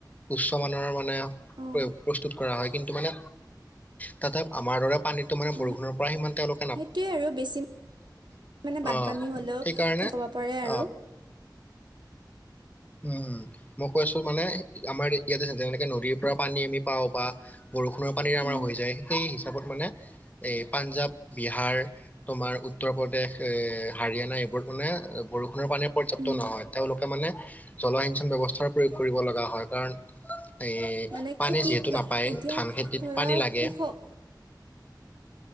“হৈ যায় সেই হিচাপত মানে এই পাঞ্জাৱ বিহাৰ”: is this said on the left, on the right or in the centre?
Left